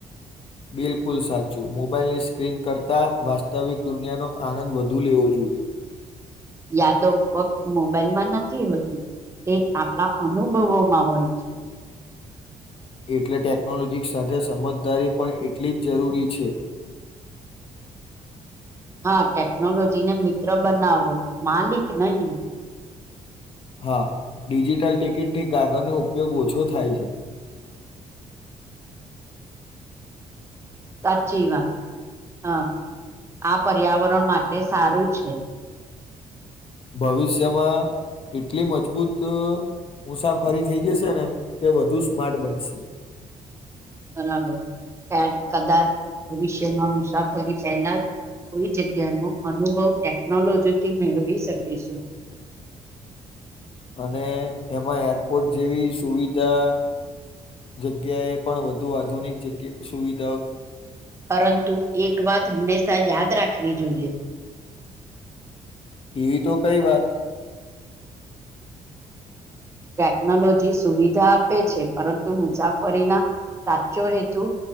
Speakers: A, on the left; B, on the right.
A: બિલકુલ સાચું મોબાઈલની સ્ક્રીન કરતાં વાસ્તવિક દુનિયાનો આનંદ વધુ લેવો જોઈએ બ
B: યાદો ફક્ત મોબાઈલ માં નથી હોતી. તે આપણા અનુભવોમાં હોય છે
A: એટલે ટેકનોલોજી સાથે સમજદારી પણ એટલી જ જરૂરી છે <inaudible>
B: હા ટેકનોલોજીને મિત્ર બનાવો માલિક નહી
A: હા ડિજિટલ ટિકિટથી કાગળનો ઉપયોગ ઓછો થાય છે <inaudible>
B: સાચી વાત હા આ પર્યાવરણ માટે સારું છે
A: ભવિષ્યમાં એટલી મજબૂત મુસાફરી થઈ જશે ને કે વધુ સ્માર્ટ બનશે
B: બરાબર કદાચ ભવિષ્યમાં મુસાફરી પહેલા જ કોઈ જગ્યાનો અનુભવ ટેકનોલોજીથી મેળવી શકીશું
A: અને એમાં એરપોર્ટ જેવી સુવિધા જગ્યાએ પણ વધુ આધુનિક જગ્યા સુવિધા
B: પરંતુ એક વાત હંમેશા યાદ રાખવી જોઈએ
A: એવી તો કઈ વાત
B: ટેકનોલોજી સુવિધા આપે છે પરંતુ મુસાફરીના સાચો હેતુ